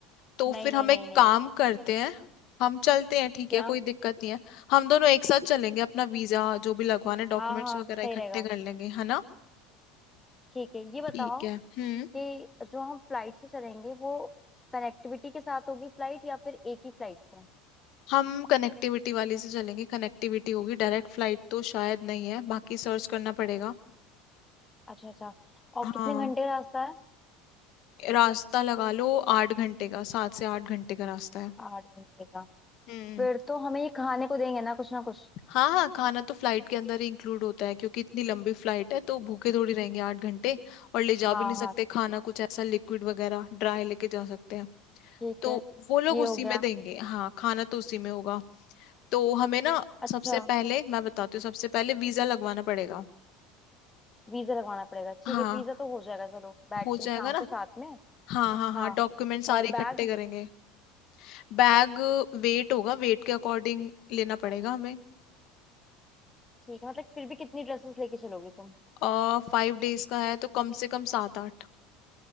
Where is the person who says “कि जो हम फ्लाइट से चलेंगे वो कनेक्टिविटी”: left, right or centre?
Left